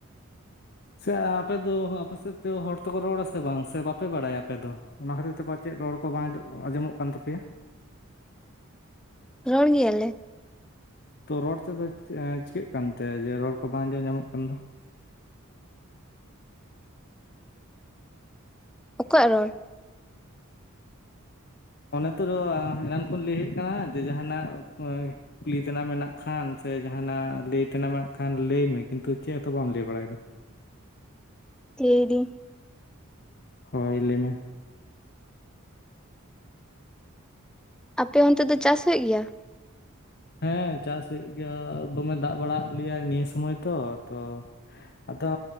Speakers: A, on the left; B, in the centre.
A: ᱥᱮ ᱟᱯᱮᱫᱚ ᱟᱯᱮ ᱥᱮᱫ ᱛᱮ ᱦᱚᱲ ᱛᱮᱠᱚ ᱨᱚᱲᱟ ᱥᱮ ᱵᱟᱝ ᱥᱮ ᱵᱟᱯᱮ ᱵᱟᱲᱟᱭᱟ ᱟᱯᱮ ᱫᱚ? ᱚᱱᱟ ᱠᱷᱟᱹᱛᱤᱨ ᱛᱮ ᱯᱟᱪᱮᱫ ᱨᱚᱲ ᱠᱚ ᱵᱟᱝ ᱟᱸᱡᱚᱢᱚᱜ ᱠᱟᱱ ᱛᱟᱯᱮᱭᱟ ᱾
B: ᱨᱚᱲ ᱜᱮᱭᱟᱞᱮ ᱾
A: ᱛᱚ ᱨᱚᱲ ᱛᱮᱫᱚ ᱪᱤᱠᱟᱹᱜ ᱠᱟᱱᱛᱮ ᱡᱮᱹ ᱨᱚᱲ ᱠᱚ ᱵᱟᱝ ᱟᱸᱡᱚᱢ ᱧᱟᱢᱚᱜ ᱠᱟᱱ ᱫᱚ?
B: ᱚᱠᱚᱭᱟᱜ ᱨᱚᱲ ᱾
A: ᱚᱱᱮ ᱛᱚᱫᱚ ᱮᱱᱟᱱ ᱠᱷᱚᱱ ᱞᱟᱹᱭ ᱦᱩᱭᱩᱜ ᱠᱟᱱᱟ ᱡᱮ ᱡᱟᱸᱦᱟᱱᱟᱜ ᱠᱷᱚᱭ ᱠᱩᱞᱤ ᱛᱮᱱᱟᱜ ᱢᱮᱱᱟᱜ ᱠᱷᱟᱱ ᱥᱮ ᱡᱟᱸᱦᱟᱱᱟᱜ ᱞᱟᱹᱭ ᱛᱮᱱᱟᱜ ᱢᱮᱱᱟᱜ ᱠᱷᱟᱱ ᱞᱟᱹᱭᱢᱮ᱾ ᱠᱤᱱᱛᱩ ᱪᱮᱫ ᱦᱚᱸᱛᱚ ᱵᱟᱢ ᱞᱟᱹᱭ ᱵᱟᱲᱟᱭᱫᱟ᱾
B: ᱞᱟᱹᱭᱫᱤᱧ᱾
A: ᱦᱳᱭ ᱞᱟᱹᱭ ᱢᱮ᱾
B: ᱟᱯᱮ ᱚᱱᱛᱮ ᱫᱚ ᱪᱟᱥ ᱦᱩᱭᱩᱜ ᱜᱮᱭᱟ?
A: ᱦᱮᱸ ᱪᱟᱥ ᱦᱩᱭᱩᱜ ᱜᱮᱭᱟ, ᱫᱚᱢᱮ ᱫᱟᱜ ᱵᱟᱲᱟ ᱟᱜ ᱞᱮᱭᱟ ᱱᱤᱭᱟᱹ ᱥᱩᱢᱚᱭ ᱛᱚ ᱛᱚ᱾ ᱟᱫᱚ